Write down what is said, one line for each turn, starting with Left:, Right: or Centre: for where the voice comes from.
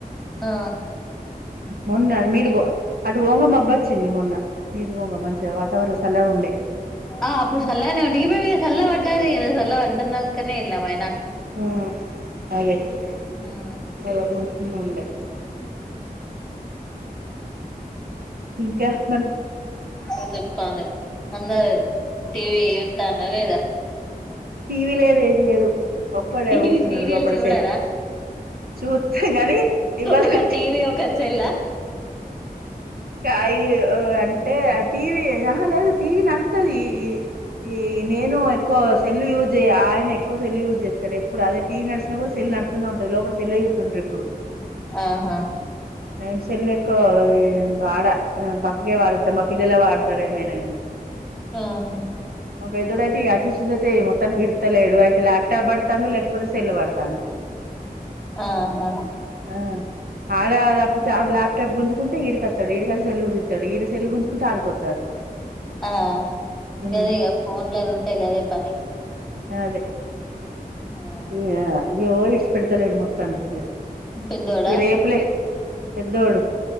Centre: ఆ
Right: మొన్న మీరు అటు గోంగ మబ్బ వచ్చింది మొన్న మీరు పోంగ మంచిగా వాతావరణం చల్లగా ఉండే
Centre: ఆ ఆప్పు సల్లనే ఉండే ఈ రోజు ఇగ సల వడ్ డ్డదిగదా సల వడ్డీనంక ఎల్ న మ
Right: ఆ అదే ఇగ
Centre: మ్
Right: రెండు ఉంచుకున్న వుండే ఇంకా మరి
Centre: అ <unintelligible> తందే అందదది ఇ టీ వి యూతండ్రా లేదా
Right: టీవీ లేదు ఏం లేదు ఒక్కడే
Centre: టీవీ
Right: కూసున్నడు
Centre: సీరియల్స్
Right: లోపల
Centre: చూడరా
Right: సెల్ఫ్ చూతం కాని ఇవాలటికి
Centre: ఒకరు టీవీ ఒకరు సెల్లా
Right: కాయు ఒ అంటే ఆ టీవీ అహ లేదు టీవీ నడుతది ఈ ఈ నేను ఎక్కువ సెల్ యూజ్ జేయ ఆయన ఎక్కువ సెల్ యూజ్ చేస్తాడు ఎప్పుడు అదే టీవీ నడిచినా కూడా సెల్ నడుత్ తనే ఉంటది లోపల సెల్లే యూతుంటరు ఇప్పుడు
Centre: ఆహా
Right: ఏమ్స్ సెల్లెక్కో ఈ వాడ ఆ పక్కకే వారేత్త మా పిల్లలే వాడతారు ఏమైనా గాని
Centre: ఆహా
Right: మా పెద్దోడుయితే ఈ అచీస్తుంది అయితే మొత్తానికి ఇడతలేడు అయితే ల్యాప్టాప్ పడుతాడు లేకపోతే సెల్ పడుతాను
Centre: ఆహా
Right: ఆ ఆడ దపుతే ఆడ్ లాబ్ క గుంజుకుంటే ఈడ్ కత్ ఇడి కంచి సెల్లులు తీతడు ఇడ సెల్లు గుంజుకుంటే ఆడికొత్తర్రు
Centre: ఆ
Right: హు
Centre: గదే ఇగ ఫోన్లు అది ఉంటే గదే పని
Right: అదే
Centre: మ్మ్
Right: ఇగ య్యో ఇ ఇషుపెడుతలేడు మొత్తానికి ఇగ
Centre: పెద్దోడా
Right: ఇగ రేపులే పెద్దడు